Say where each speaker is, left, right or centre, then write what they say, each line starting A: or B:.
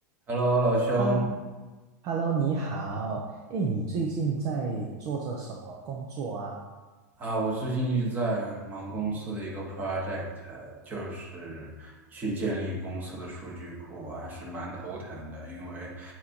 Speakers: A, on the right; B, on the right.
A: Hello，老兄，
B: 哈 Hello，你好。哎，你最近在做着什么工作啊？
A: 啊，我最近一直在忙公司的一个 project，呃就是去建立公司的数据库，我还是蛮头疼的，因为